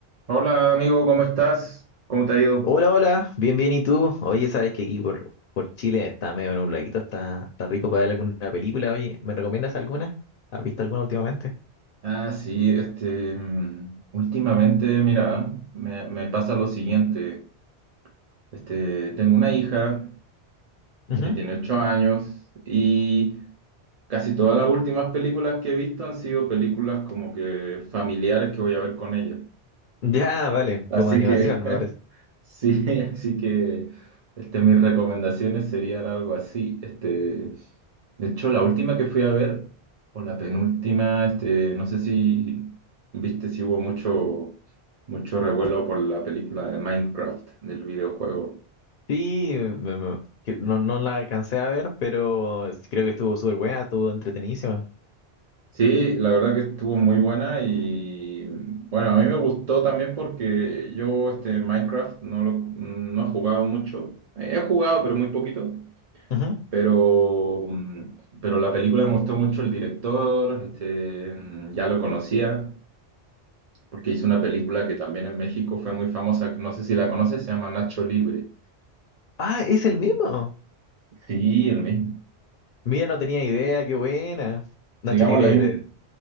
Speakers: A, on the right; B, on the left.
A: Hola amigo, ¿cómo estás? ¿Cómo te ha ido?
B: Hola, hola, bien, bien, ¿y tú? Oye, sabes que aquí por, por Chile está medio nubladito, está, está rico para ver alguna película. Oye, ¿me recomiendas alguna? ¿Has visto alguna últimamente?
A: Ah, sí, este, mm, últimamente, mira, me, me pasa lo siguiente. Este, tengo una hija
B: Ujú.
A: que tiene ocho años y casi todas las últimas películas que he visto han sido películas como que familiares que voy a ver con ella.
B: Ya, vale,
A: Así
B: como animación,
A: que, <laughs>
B: me parece.
A: sí, así que este, mis recomendaciones serían algo así. Este, de hecho, la última que fui a ver, o la penúltima, este, no sé si viste si hubo mucho, mucho revuelo por la película de Minecraft, del videojuego.
B: Sí, me- me- que no, no la alcancé a ver, pero sí creo que estuvo súper buena, estuvo entretenidísima.
A: Sí, la verdad que estuvo muy buena y bueno, a mí me gustó también porque yo este Minecraft no lo no he jugado mucho. He jugado, pero muy poquito.
B: Ujú.
A: Pero, mm, pero la película me gustó mucho el director, este, mm, ya lo conocía, porque hizo una película que también en México fue muy famosa, no sé si la conoces, se llama Nacho Libre.
B: Ah, es el mismo.
A: Sí, el mismo.
B: Mira, no tenía idea, qué buena. Nacho
A: Digamos
B: Libre
A: la misma.
B: es de,